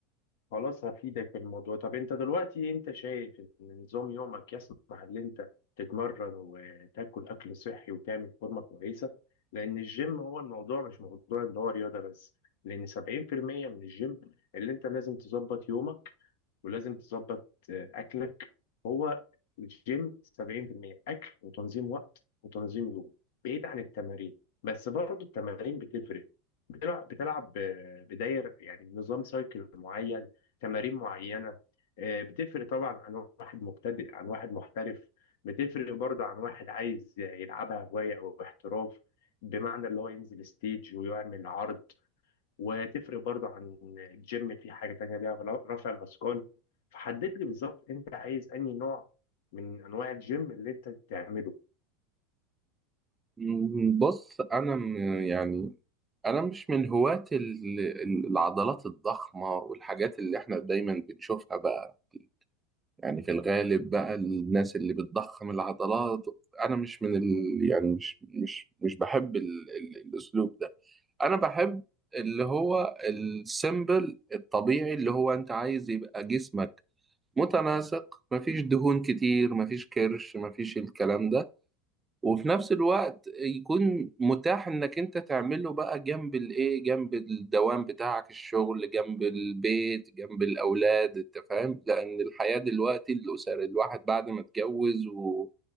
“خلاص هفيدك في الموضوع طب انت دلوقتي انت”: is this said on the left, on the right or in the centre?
Left